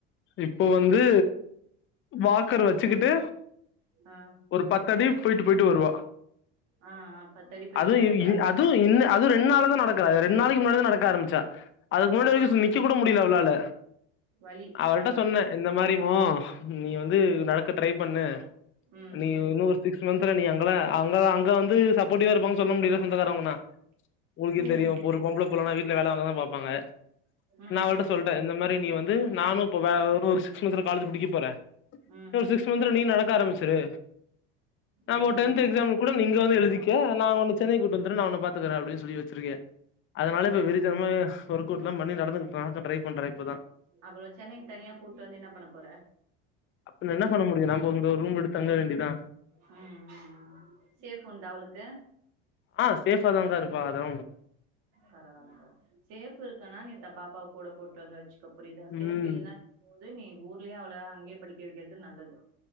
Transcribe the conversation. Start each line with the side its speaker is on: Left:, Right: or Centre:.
Left: இப்ப வந்து வாக்கர் வெச்சுக்குட்டு
Right: ஆ
Left: ஒரு பத்து அடி போயிட்டு போயிட்டு வருவா
Right: ஆ ஆ பத்தடி போயிட்டு
Left: அ அது
Right: நடக்கறா
Left: இது அது ந் அது ரெண்டு நாளா தா <unintelligible> நடக்குறா ரெண்டு நாளைக்கு முன்னாடி தா நடக்க ஆரம்பிச்சா அதுக்கு முன்னடி வரைக்கும்
Right: ஆ
Left: நிக்க கூட முடியல அவளால
Right: வலி
Left: அவள்ட்ட
Right: ஆ ஆ
Left: சொன்ன இந்த மாறி மோ நீ வந்து நடக்க ட்ரை பண்ணு
Right: ம்
Left: நீ
Right: ம்
Left: இன்னும் ஒரு சிக்ஸ் மந்த்ல நீ அங்கத அங்கத அங்க வந்து சப்போட்டிவா இருப்பாங்கன் சொல்ல முடியால சொந்தகாரங் உங்களுக்கே
Right: ம்
Left: தெரியு ஒரு பொம்பள புள்ளன வீட்ல வே வாங்கதா பாப்பாங்க
Right: ம்
Left: நா அவள்ட்ட
Right: ம்
Left: சொல்டே இந்த மாரி நீ வந்து நானு இப்ப வே இன்னோ ஒரு சிக்ஸ் மன்த்ஸ்ல காலேஜ் முடிக்க போறே
Right: ம்
Left: சிக்ஸ் மன்த்ஸ்ல நீ நடக்க ஆரம்பிச்சிரு நாம
Right: ம் ம்
Left: ஒரு டென்த் எக்ஸாம்‌ கூட நீ இங்க வந்து எழுதி யா வர் நா உன்ன சென்னைக்கு கூட்டி வந்துரே நா உன பாத்துக்கறே அப்டின் சொல்லி வச்சிருக்க அதனால இப்ப
Right: ம்
Left: வெரித்தனமா ஒர்க் அவுட்லா பண்ணி நடந்துக்க ட்ரை பண்ற இப்பதா
Right: அவ்ளோ சென்னைக்கு தனியா கூட்டு வந்து என்ன பண்ண போற
Left: அப்ப என்ன பண்ண முடியு நம்ப இங்க ஒரு ரூம் எடுத்து தங்க வேண்டிதா
Right: ம் ம் ம் சேஃப் உண்டா அவளுக்கு
Left: ஆ சேஃபா தாங்க இருப்பா அதா
Right: பரவால்ல பரவால சேஃப் இருக்கன்னா நீ தா பாப்பாவ கூட கூட்டு தங்க வச் சுகோ புரியுதா
Left: ம்
Right: சேஃப் இல்லனா து நீ ஊர்லயே அவள அங்கேயே படிக்க வைக்கிறது நல்லது